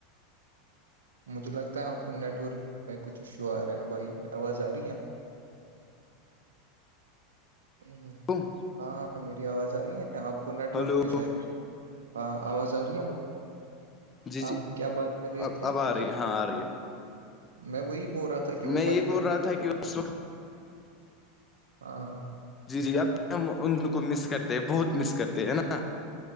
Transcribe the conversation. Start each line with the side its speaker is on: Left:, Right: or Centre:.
Right: مجھے لگتا ہے آپ کو نیٹ ورک میں کچھ ایشو آ رہے ہیں بھائی آواز آ رہی ہے ا ہ
Left: بن
Right: ہاں ہاں میری آواز آ رہی ہے آپ کو نیٹ ورک
Left: ہلو
Right: میں شاید ہاں آواز آ رہی ہے بس
Left: جی
Right: ہم
Left: جی
Right: کیا بات کر رہے
Left: اب
Right: تھے
Left: اب آ
Right: کہ
Left: رہی ہے ہاں آ رہی
Right: میں وہی بول رہا تھا
Left: ہے
Right: کہ وہ
Left: میں یہ
Right: بچپن
Left: بول رہا
Right: کے دن
Left: تھا
Right: وہ
Left: کہ اس وقت
Right: ہاں ہاں
Left: جی جی اب بھی ہم ان کو مس کرتے ہیں بہت مس کرتے ہے نا